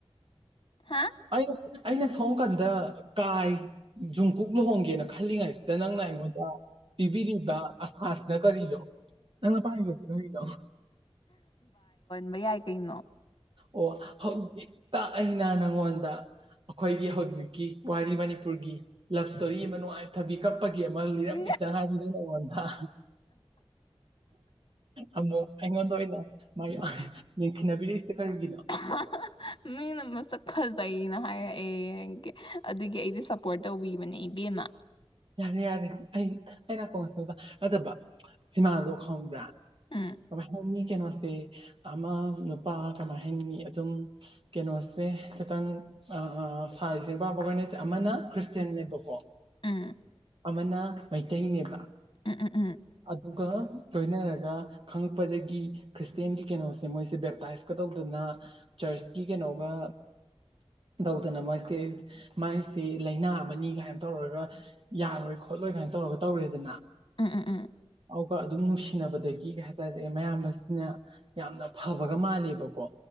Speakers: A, on the left; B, on the right.
A: ꯍꯥ
B: ꯑꯩ ꯑꯩꯅ ꯁꯣꯝ ꯀꯥꯟꯗ ꯀꯥꯏ ꯖꯨꯡꯀꯨꯨꯛ ꯂꯨꯍꯣꯡꯒꯦꯅ ꯈꯜꯂꯤꯉꯩꯁꯤꯗ ꯅꯪꯅ ꯑꯩꯉꯣꯟꯗ ꯄꯤꯕꯤꯔꯤꯕ ꯑꯁꯥꯁꯤꯅ ꯀꯔꯤꯅꯣ ꯅꯪꯅ ꯄꯥꯝꯂꯤꯕꯁꯤ ꯀꯥꯔꯤꯅꯣ
A: ꯕ ꯌꯥꯏ ꯀꯩꯅꯣ
B: ꯑꯣ ꯍꯧꯖꯤꯛꯇ ꯑꯩꯅ ꯅꯪꯉꯣꯟꯗ ꯑꯩꯈꯣꯏꯒꯤ ꯍꯧꯖꯤꯛꯀꯤ ꯋꯥꯔꯤ ꯃꯅꯤꯄꯨꯔꯒꯤ ꯂꯞ ꯁ꯭ꯇꯣꯔꯤ ꯑꯃ ꯅꯨꯡꯉꯥꯏ ꯊꯝꯕꯤꯈ꯭ꯔ ꯀꯞꯄꯒꯤ ꯑꯃ ꯂꯤꯔꯝꯈꯤꯇ
A: ꯎꯝ
B: ꯉꯥꯏꯔꯤ ꯅꯪꯅ ꯑꯩꯉꯣꯟꯗ <unintelligible> ꯑꯃꯨꯛ ꯑꯩꯉꯣꯟꯗ ꯑꯣꯏꯅ ꯃ ꯌꯦꯡꯊꯤꯅꯕꯤꯔꯤꯁꯤ ꯀꯔꯤꯒꯤꯅꯣ
A: <unintelligible> ꯃꯤꯅ ꯃꯁꯛ ꯐꯖꯩꯅ ꯍꯥꯏꯔꯛꯑꯦ ꯌꯦ ꯑꯗꯨꯒꯤ ꯑꯩꯗꯤ ꯁꯞꯄꯣꯔꯠ ꯇꯧꯕꯤꯕꯅꯦ ꯏꯕꯦꯝꯃ
B: ꯌꯥꯔꯦ ꯌꯥꯔꯦ ꯑꯩ ꯑ ꯅꯀꯣꯡꯗ ꯅꯠꯇꯕ ꯁꯤꯃꯥꯗꯣ ꯈꯪꯕ꯭ꯔꯥ
A: ꯎꯝ
B: ꯀꯃꯥꯏꯍꯥꯏꯅꯤ ꯀꯩꯅꯣꯁꯦ ꯑꯃ ꯅꯨꯄꯥ ꯀꯃꯥꯏ ꯍꯥꯏꯅꯤ ꯑꯗꯨꯝ ꯀꯦꯅꯣ ꯈꯤꯇꯪ ꯑꯥ ꯁꯥꯔꯤ ꯁꯦꯠꯄ ꯑꯝꯄꯧ ꯂꯣꯏꯅꯖꯦ ꯑꯃꯅ ꯈ꯭ꯔꯤꯁꯇꯦꯟꯅꯦꯕꯀꯣ
A: ꯎꯝ
B: ꯑꯃꯅ ꯃꯩꯇꯩꯅꯦꯕ
A: ꯎꯝ ꯎꯝ ꯎꯝ
B: ꯑꯗꯨꯒ ꯂꯣꯏꯅꯔ ꯔ ꯈꯪꯉꯛꯄꯗꯒꯤ ꯈ꯭ꯔꯤꯁꯇꯦꯟꯒꯤ ꯀꯩꯅꯣꯁꯦ ꯃꯣꯏꯁꯦ ꯕꯦꯞꯇꯥꯏꯁꯀ ꯇꯧꯗꯅ ꯆꯥꯔꯁꯀꯤ ꯇꯧꯒ ꯇꯧꯗꯅ ꯃꯣꯏꯁꯦ ꯃꯥꯏꯁꯦ ꯂꯥꯏꯅ ꯑꯃꯅꯤ ꯀꯥꯏꯅ ꯇꯧꯔꯒ ꯌꯥꯔꯣꯏ ꯈꯣꯠꯂꯣꯏ ꯀꯥꯏꯅ ꯇꯧꯔꯒ ꯇꯧꯔꯦꯗꯅ
A: ꯎꯝ ꯎꯝ ꯎꯝ
B: ꯑꯧꯒ ꯑꯗꯨꯝ ꯅꯨꯡꯁꯤꯅꯕꯗꯒꯤ ꯀꯩ ꯍꯥꯏꯇꯥꯔꯦ ꯃꯌꯥꯝꯕꯁꯤꯅ ꯌꯥꯝꯅ ꯐꯕꯒ ꯃꯥꯜꯂꯦꯕꯀꯣ